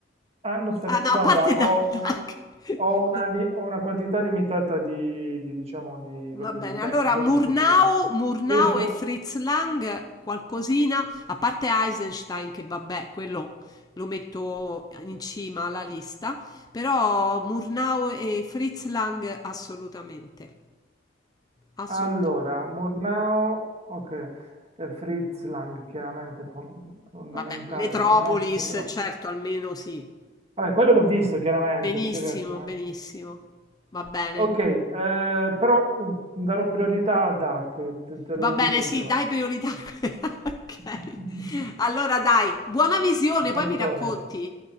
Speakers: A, on the right (about 35°); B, on the left (about 20°).
A: Ah, no, aspetta,
B: Ah no,
A: guarda,
B: a parte Dark.
A: ho
B: <laughs>
A: una, ho una li- ho una quantità limitata di, di, diciamo, di, proprio
B: Va bene,
A: di tempo,
B: allora Murnau,
A: nel senso che
B: Murnau
A: io devo...
B: e Sì. Fritz Lang, qualcosina, a parte Eisenstein che vabbè, quello lo metto in cima alla lista, però Murnau e Fritz Lang assolutamente, assolutamente.
A: Allora, Murnau, ok, eh, Fritz Lang, chiaramente fon- fondamentale,
B: Vabbè, Metropolis,
A: lo conosco, però...
B: certo, almeno sì.
A: Vabbè, quello l'ho visto chiaramente,
B: Benissimo,
A: sì, certo. eh.
B: benissimo. Va bene.
A: Ok, eh, però mm, darò priorità a Dark, te, te
B: Va
A: lo
B: bene,
A: dico
B: sì,
A: già.
B: dai priorità. <laughs> Ok.
A: <laughs>
B: Allora dai, buona visione,
A: Un salutone.
B: poi mi racconti.